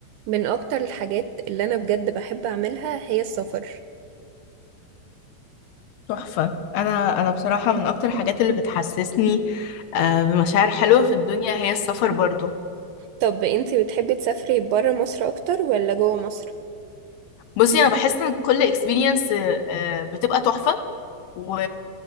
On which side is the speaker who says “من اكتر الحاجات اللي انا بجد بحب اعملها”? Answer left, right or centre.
Right